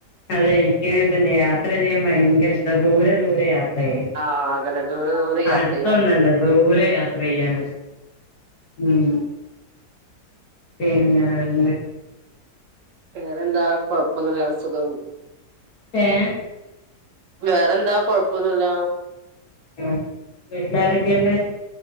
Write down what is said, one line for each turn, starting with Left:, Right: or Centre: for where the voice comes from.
Left: അതെ, എനിക്ക്ങ്ങനതന്നെ യാത്ര ചെയ്യാൻ ഭയങ്കരഷ് ക്കെ ദൂരെ ദൂരെ യാവും ഹേ
Right: ആഹ് അതന്നെ ദൂരെ ദൂരെ യാത്ര
Left: അടുത്തൊന്നല്ല
Right: ചെയ്യാം
Left: ദൂരെ യാത്ര ചെയ്യാനാഷ് ഉും പിന്നെേ വേറെൻതെകെ
Right: വേറെന്താ കൊഴപ്പൊന്നുല്ല സുഖം.
Left: ഏ എം
Right: വേറെന്താ കൊഴപ്പൊന്നുല്ല
Left: ആ വീട്ടിലാരൊക്കെണ്ട്